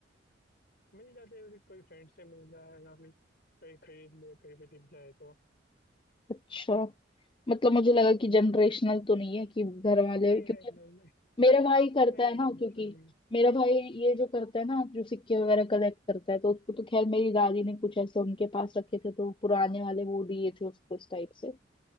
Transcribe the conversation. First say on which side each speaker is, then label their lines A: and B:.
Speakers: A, on the left; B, on the left.
A: मिल जाते हैं कोई फ्रेंड से मिल जाए या फिर कहीं खरीद ले कहीं पे दिख जाए तो
B: अच्छा मतलब मुझे लगा कि जनरेशनल तो नहीं है कि घर वाले
A: नहीं
B: क्योंकि
A: नहीं नहीं नहीं
B: मेरा भाई करता
A: नहीं नहीं
B: है ना
A: जनरेशन
B: क्योंकि
A: नहीं
B: मेरा भाई ये जो करता है ना जो सिक्के वगैरह कलेक्ट करता है तो उसको तो खैर मेरी दादी ने कुछ ऐसे उनके पास रखे थे तो पुराने वाले वो दिए थे उसको इस टाइप से